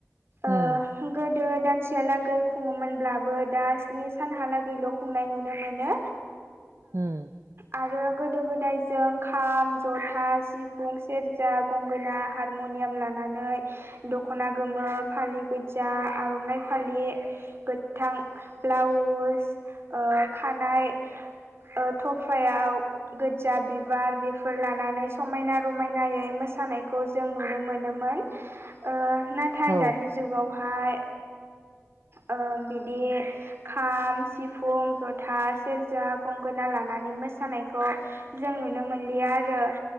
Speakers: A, on the right (about 50°); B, on the right (about 65°).
A: ओ
B: ओम।
A: गोदो दानसेयालागै खुङोमोनब्लाबो दा स्नि सानहालागैल' खुंनाय नुनो मोनो।
B: उम
A: आरो गोदो गोदायजों खाम, जथा, सिफुं, सेरजा, गंगोना हारम'नियाम लानानै दख'ना गोमो फालि गोजा आर'नाइ फालि गोथां ब्लाउस ओ खानाय ओ थफायाव गोजजा बिबार बेफोर लानानै समायना रमायनायै मोसानायखौ जों नुनो मोनोमोन ओ नाथाय
B: औ
A: दानि जुगावहाय ओ बिदि खाम, सिफुं, जथा, सेरजा, गंगोना लानानै मोसानायखौ जों नुनो मोनलिया आरो